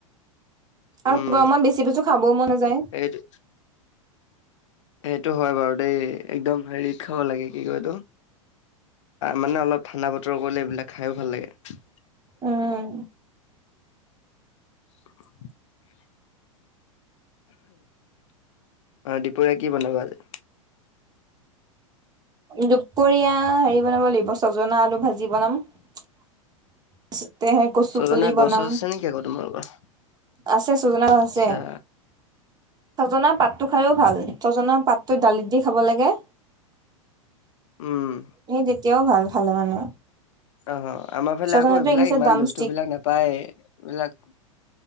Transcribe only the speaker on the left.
উম,
সেইটো সেইটো হয় বাৰু দেই। একদম হেৰিত খাব লাগে। কি কয় এইটো, মানে অলপ ঠাণ্ডা বতৰ কৰিলে এইবিলাক খাইও ভাল লাগে।
<unintelligible> দুপৰীয়া কি বনাবা আজি?
ছজনা
গছ
চছ আছে নেকি আকৌ তোমালোকৰ?
আচ্ছা,
উম!
অ'! আমাৰ ফালে,
আকৌ, এইবিলাক
ইমান
বস্তুবিলাক
নাপায় এইবিলাক।